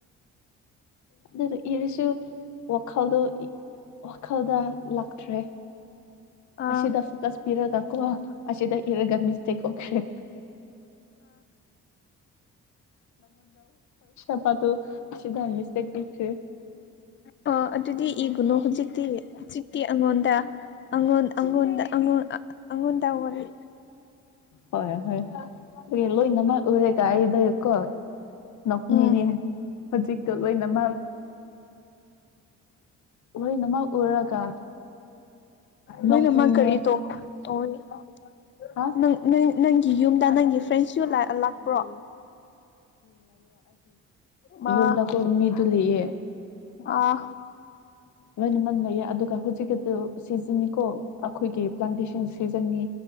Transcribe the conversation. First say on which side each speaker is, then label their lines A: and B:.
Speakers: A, on the left (about 70°); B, on the left (about 40°).
A: ꯑꯗꯨꯗ ꯏꯔꯤꯁꯨ ꯋꯥꯈꯜꯗꯣ ꯋꯥꯈꯜꯗ ꯂꯥꯛꯇ꯭ꯔꯦ
B: ꯑꯥ
A: ꯑꯁꯗ ꯐꯣꯀꯁ ꯄꯤꯔꯒ ꯀꯣꯋꯥ ꯑꯁꯤꯗ ꯏꯔꯒ ꯃꯤꯁꯇꯦꯛ ꯑꯣꯈ꯭ꯔꯦ ꯍꯥꯞꯄꯗꯨ ꯑꯁꯤꯗ ꯃꯤꯁꯇꯦꯛ ꯄꯤꯈ꯭ꯔꯦ
B: ꯑꯣ ꯑꯗꯨꯗꯤ ꯏꯒꯅꯨ ꯍꯧꯖꯤꯛꯇꯤ ꯍꯧꯖꯤꯛꯇꯤ ꯑꯩꯉꯣꯟꯗꯉꯣꯟꯗ ꯑꯩꯉꯣꯟꯗ ꯋꯥꯔꯤ
A: ꯍꯣꯏ ꯍꯣꯏ ꯂꯣꯏꯅꯃꯛ ꯎꯔꯒ ꯑꯩꯗꯣ ꯀꯣ ꯅꯣꯛꯅꯤꯡꯉꯦ
B: ꯎꯝ
A: ꯍꯧꯖꯤꯛꯇꯣ ꯂꯣꯏꯅꯃꯛ ꯂꯣꯏꯅꯃꯛ ꯎꯔꯒ
B: ꯂꯣꯏꯅꯃꯛ
A: ꯅꯣꯛꯅꯤꯡꯉꯦ
B: ꯀꯔꯤꯇꯧꯒꯅꯤ
A: ꯍꯥ
B: ꯅꯪꯒꯤ ꯌꯨꯝꯗ ꯅꯪꯒꯤ ꯐ꯭ꯔꯦꯟꯁꯨ ꯂꯥꯛꯄ꯭ꯔꯣ ꯃꯥ
A: ꯌꯨꯝꯗ ꯈꯣꯏ ꯃꯤꯗꯨ ꯂꯩꯌꯦ
B: ꯑꯥ
A: ꯂꯣꯏꯅꯃꯛ ꯂꯩꯌꯦ ꯑꯗꯨꯒ ꯍꯧꯖꯤꯛꯀꯤ ꯑꯗꯨ ꯁꯤꯖꯤꯟꯅꯤꯀꯣ ꯑꯩꯈꯣꯏꯒꯤ ꯄ꯭ꯂꯥꯟꯇꯦꯁꯟ ꯁꯤꯖꯟꯅꯤ